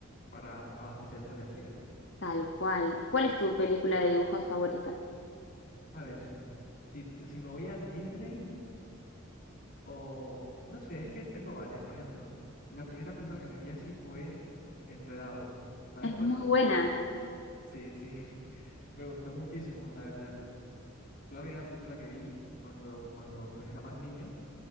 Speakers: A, on the left; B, on the left.
A: para abastecer su energía.
B: tal cual. ¿Cuál es tu película de dibujos favorita?
A: A ver, si, te- si me voy a Disney o... No sé, es que tengo varias. Por ejemplo, la primera película que me vi así fue Enredados. ¿Sabes
B: Es
A: cuál
B: muy
A: es?
B: buena.
A: Sí, sí, <laughs> me gustó muchísimo, la verdad. Fue la primera película que vi cuando, cuando pues era más niño